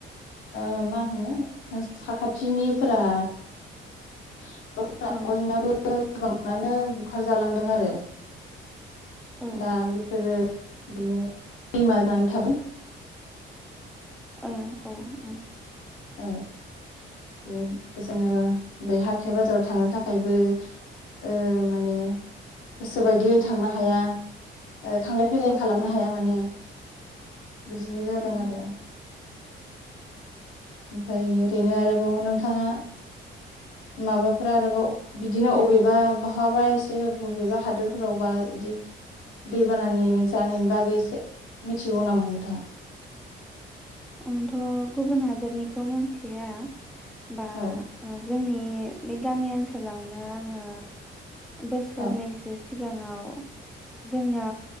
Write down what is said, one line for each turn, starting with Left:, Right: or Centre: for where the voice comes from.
Left: ओ मा होनो साखाथिनिफोरा <unintelligible>
Centre: औ
Left: गोबाङानो बुखार जालांदों आरो।
Centre: औ ओ
Left: दा बेफोरो बिदिनो दैमा जानानै थाबाय।
Centre: औ औ उम।
Left: औ बे जोङो बे हाथाइ बाजाराव थांनो थाखायबो ओ माने गोसो बायदियै थांनो हाया। थांलाय फैलाय
Centre: औ
Left: खालामनो
Centre: औ
Left: हाया माने। बिदिनो जादों
Centre: औ
Left: आरो। ओमफ्राय ओरैनो आरोबाव नोंथाङा माबाफोर आरोबाव बिदिनो अबेबा बहाबा एसे बबेबा हादोरफोरावबा बिदि दैबाना जानायनि बागै एसे मिथिगौ नामा नोंथाङा?
Centre: आंथ' गुबुन हादरनिखौ मिथिया। बा
Left: औ
Centre: उम। जोंनि बे गामि ओनसोलावनो आङो बोसोरनैसो
Left: औ
Centre: सि सिगाङाव जोंना